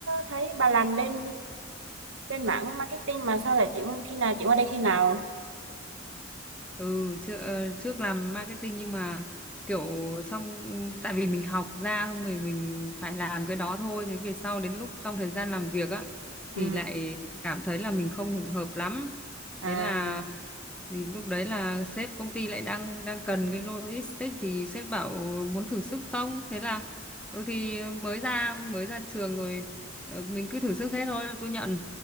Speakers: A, on the right; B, in the centre.
A: thấy bà làm bên bên mảng marketing mà sao lại chuyển khi nào chuyển qua đây khi nào?
B: ừ trước ờ, trước làm marketing nhưng mà kiểu xong tại vì mình học ra xong rồi mình phải làm cái đó thôi thế về sau đến lúc trong thời gian làm việc á
A: Ừ.
B: thì lại cảm thấy là mình không hợp lắm
A: À,
B: thế là thì lúc đấy là sếp công ty lại đang đang cần cái logistics thì sếp bảo muốn thử sức không thế là ừ thì mới ra mới ra trường rồi ờ, mình cứ thử sức hết thôi tôi nhận